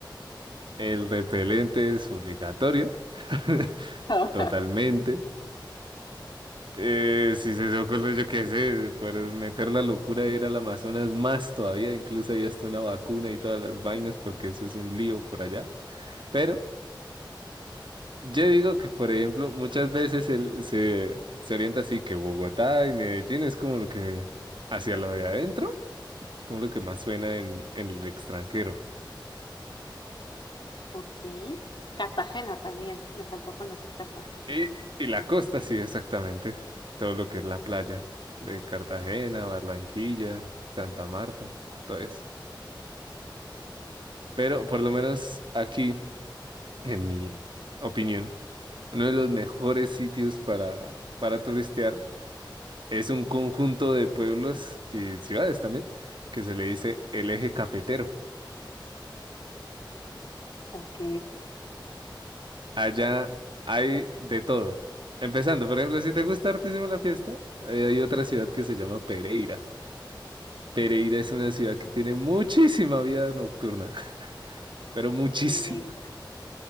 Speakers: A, on the right; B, on the left.
A: el repelente es obligatorio, <laughs>
B: <laughs>
A: totalmente. Eh, si se te ocurre, yo qué sé, por meter la locura de ir al Amazonas más todavía, incluso hay hasta una vacuna y todas las vainas, porque eso es un lío por allá. Pero yo digo que, por ejemplo, muchas veces el- se, se orienta así que Bogotá y Medellín es como lo que hacia lo de adentro, es como lo que más suena en en el extranjero.
B: Ok. Cartagena también. Me faltó conocer Cartagena.
A: Y, y la costa, sí, exactamente. Todo lo que es la playa de Cartagena, Barranquilla, Santa Marta, todo eso. Pero por lo menos aquí, en mi opinión, uno de los mejores sitios para, para turistear es un conjunto de pueblos y ciudades también, que se le dice el eje cafetero.
B: Ok.
A: Allá hay de todo. Empezando, por ejemplo, si te gusta hartísimo la fiesta, eh, hay otra ciudad que se llama Pereira. Pereira es una ciudad que tiene muchísima vida nocturna, <laughs> pero muchísima.
B: Pereira.